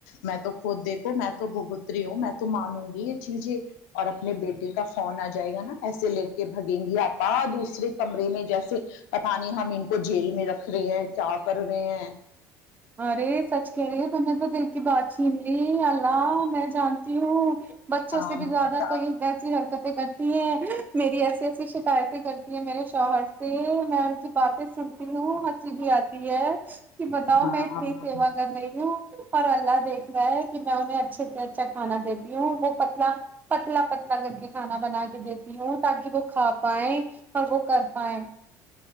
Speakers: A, on the left; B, on the right.
A: میں تو خود دیکوں میں تو بگوتری ہوں میں تو مانوں گی چییے اور اپنے بیٹے کا فون آ جائے گا نا ایسے لے کے بھگیں گی آپ دوسرے کمرے میں جیسے پت نہیں ہم ان کو جیل میں رکھ رکھ رہے ہیں کیا کر رہے ہیں
B: ارے سچ کہہ رہی ہے تم نے تو دل کی بات چن لی اللہ میں جان ہوں بچوں
A: ہاں
B: سے
A: میرے
B: بھی زیادہ
A: ساتھ
B: کہئی ویسی حرکتیں کرتی میری ایسی ایسی شکایتیں کرتی ہیں میرے شوہر سے میں ان کی باتیں سنتی ہوں ہچی بھی آتی ہے کہ تااؤ
A: ہاں
B: میںتری سیوا کر رہی ہوں اور اللہ دیکھ رہا ہے پ میں نےچے <unintelligible> اچ سے اچھا کھانا دیتی ہوں وہ پتلا پتلا پتلا کر کے کھانا بنا کے دیتی ہوں تاکہ وہ کھا پائائے اور وہ کر پ <unintelligible>